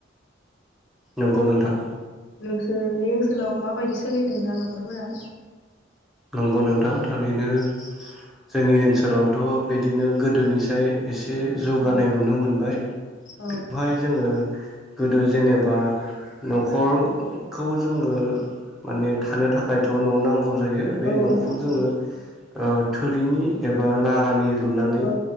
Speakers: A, in the centre; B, on the left (about 80°).
A: नंगौ नोंथां
B: नोंसोरनि ओनसोलाव माबायदि सोलिदों दा नखरफोरा
A: नंगौ नोंथां थारैनो जोंनि ओनसोलावथ बिदिनो गोदोनिसाय एसे एसे जौगानाय
B: औ
A: नुनो मोनबाय
B: औ
A: बेवहाय जोङो गोदो जेनेबा नखर खौ जोङो माने थानो थाखायथ न नांगौ जायो बे
B: औ
A: नखौ
B: नंगौ
A: जोङो ओ थोरिनि एबा नारानि लुनानै
B: औ